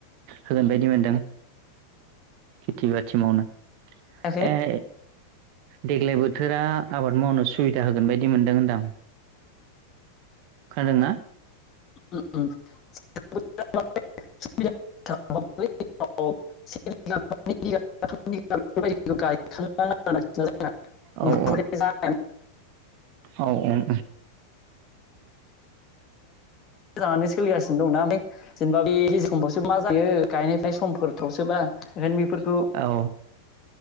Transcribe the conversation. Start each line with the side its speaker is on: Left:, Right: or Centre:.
Right: होगोन बायदि मोनदों। खेथि बाथि मावनो।
Left: खोनायाखै
Right: ए देग्लाय बोथोरा आबाद मावनो सुबिदा होगोन बायदि मोनदों होनदां आं। खानादों ना?
Left: <unintelligible> ओमफ्राय
Right: औ औ औ औ औ उम
Left: मोजाङानो सोलिगास दंना ओमफ्राय जेनेबा बे गेजेर समफ्रावसो मा जायो गायनाय फुनाय समफोर गोथावसोबा ओंखायनो बेफोरखौ
Right: औ